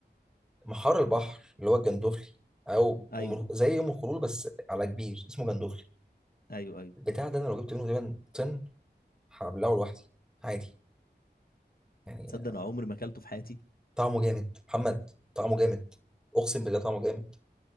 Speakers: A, in the centre; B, on the left.
A: محار البحر اللي هو الجندوفلي او
B: أيوه
A: أم- زي ام الخلول بس على كبير اسمه جندوفلي
B: أيوه أيوه
A: البتاع ده انا لو جبت منه تقريبا طن هبلعه لوحدي عادي يعني
B: تصدق أنا عمري ما أكلته في حياتي
A: طعمه جامد محمد طعمه جامد اقسم بالله طعمه جامد